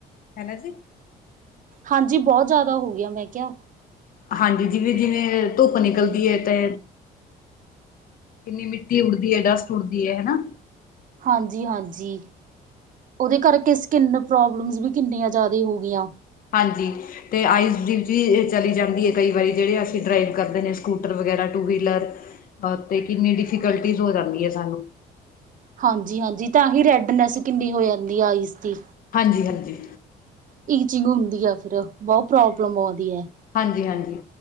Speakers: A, on the left; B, on the right.
A: ਹੈ ਨਾ ਜੀ
B: ਹਾਂਜੀ ਬਹੁਤ ਜ਼ਿਆਦਾ ਹੋ ਗਿਆ, ਮੈਂ ਕਿਹਾ
A: ਹਾਂਜੀ, ਜਿਵੇਂ ਜਿਵੇਂ ਧੁੱਪ ਨਿਕਲਦੀ ਹੈ, ਤੇ ਕਿੰਨੀ ਮਿੱਟੀ ਉੱਡਦੀ ਹੈ, ਡਸਟ ਉੱਡਦੀ ਹੈ, ਹੈਨਾ
B: ਹਾਂਜੀ ਹਾਂਜੀ। ਉਹਦੇ ਕਰਕੇ, ਸਕਿੰਨ ਪ੍ਰੋਬਲਮਸ ਵੀ ਕਿੰਨੀਆਂ ਜ਼ਿਆਦਾ ਹੋ ਗਈਆਂ।
A: ਹਾਂਜੀ। ਤੇ ਆਈਸ ਡੀ ਵੀ ਚਲੀ ਜਾਂਦੀ ਹੈ। ਕਈ ਵਾਰੀ ਜਿਹੜੇ ਅਸੀਂ ਡਰਾਈਵ ਕਰਦੇ ਨੇ ਸਕੂਟਰ ਵਗੈਰਾ ਟੂ ਵੀਲਰ। ਹਾਂ ਤੇ ਕਿੰਨੀ ਡਿਫੀਕਲਟੀਜ ਹੋ ਜਾਂਦੀ ਹੈ ਸਾਨੂੰ।
B: ਹਾਂਜੀ ਹਾਂਜੀ ਤਾਂ ਹੀ ਰੈਡਨੈਸ ਕਿੰਨੀ ਹੋ ਜਾਂਦੀ ਆਈਸ ਦੀ।
A: ਹਾਂਜੀ ਹਾਂਜੀ।
B: ਈਚਿੰਗ ਹੁੰਦੀ ਆ ਫਿਰ ਬਹੁਤ ਪ੍ਰੋਬਲਮ ਆਉਂਦੀ ਹੈ।
A: ਹਾਂਜੀ ਹਾਂਜੀ